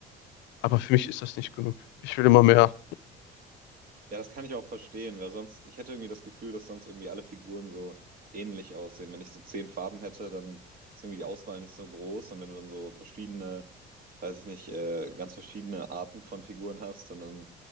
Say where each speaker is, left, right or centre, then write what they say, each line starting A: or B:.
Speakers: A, on the left; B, on the right.
A: Aber für mich ist das nicht genug. Ich will immer mehr.
B: Ja, das kann ich auch verstehen, weil sonst, ich hätte irgendwie das Gefühl, dass sonst irgendwie alle Figuren so ähnlich aussehen. Wenn ich so 10 Farben hätte, dann ist irgendwie die Auswahl nicht so groß. Und wenn du dann so verschiedene weiß ich nicht, äh, ganz verschiedene Arten von Figuren hast, sondern